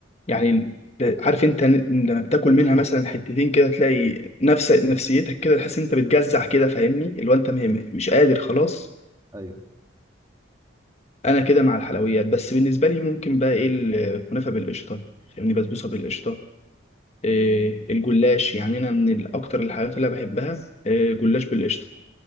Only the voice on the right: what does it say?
طب
إيه الح-
أيوه